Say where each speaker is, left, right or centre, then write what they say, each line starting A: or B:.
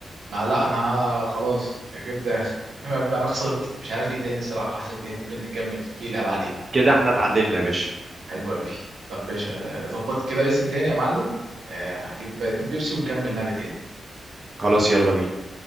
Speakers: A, on the right (about 80°); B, on the right (about 35°).
A: ما لا انا خلاص جبت اخري <laughs> انا خسرت مش عارف ايه تاني الصراحه حرف الت ممكن نكمل فيه لعب عليه
B: كده احنا اتعادلنا يا باشا
A: حلو قوي طب باشا ظبط كده اسم تاني يا معلم آه هجيب اتنين بيبسي ونكمل لعبه تاني
B: خلاص يلا بينا